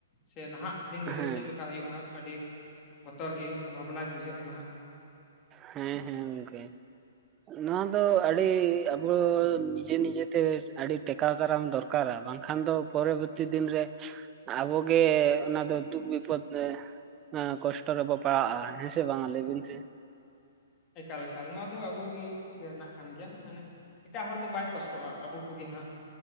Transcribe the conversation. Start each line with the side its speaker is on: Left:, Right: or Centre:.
Left: ᱥᱮ ᱱᱟᱦᱟᱜ ᱫᱤᱱ ᱨᱮᱫᱚ
Right: ᱦᱮᱸ
Left: ᱠᱟ ᱦᱩᱭᱩᱜᱼᱟ ᱦᱟᱸᱜ ᱟᱹᱰᱤ ᱵᱚᱛᱚᱨ ᱜᱮ ᱥᱮ ᱵᱷᱟᱵᱽᱱᱟ ᱜᱮ ᱵᱩᱡᱷᱟᱹᱜ ᱠᱟᱱᱟ ᱦᱟᱸᱜ᱾
Right: ᱦᱮᱸ ᱦᱮᱸ ᱜᱚᱝᱠᱮ᱾ ᱱᱚᱣᱟ ᱫᱚ ᱟᱹᱰᱤ ᱟᱵᱚ ᱱᱤᱡᱮ ᱱᱤᱡᱮᱛᱮ ᱟᱹᱰᱤ ᱴᱮᱠᱟᱣ ᱫᱟᱨᱟᱢ ᱫᱚᱨ ᱠᱟᱨᱟ ᱵᱟᱝᱠᱷᱟᱱ ᱫᱚ ᱯᱚᱨᱚᱵᱚᱨᱛᱤ ᱫᱤᱱ ᱨᱮ, ᱟᱵᱚᱜᱮ ᱚᱱᱟ ᱫᱚ ᱫᱩᱠ ᱵᱤᱯᱚᱫᱽ ᱟᱹ ᱟᱺ ᱠᱚᱥᱴᱚ ᱨᱮᱵᱚ ᱯᱟᱲᱟᱜᱼᱟ ᱦᱮᱸ ᱥᱮ ᱵᱟᱝᱼᱟ ᱞᱟᱹᱭᱵᱤᱱ ᱥᱮ?
Left: ᱮᱠᱟᱞ ᱮᱠᱟᱞ ᱱᱚᱣᱟ ᱫᱚ ᱟᱵᱚᱮ ᱤᱭᱟᱹ ᱨᱮᱱᱟᱜ ᱠᱟᱱ ᱜᱮᱭᱟ ᱢᱟᱱᱮ ᱮᱴᱟᱜ ᱦᱚᱲ ᱫᱚ ᱵᱟᱭ ᱠᱚᱥᱴᱚᱜᱼᱟ ᱟᱵᱚ ᱠᱚᱜᱮ ᱦᱟᱸᱜ,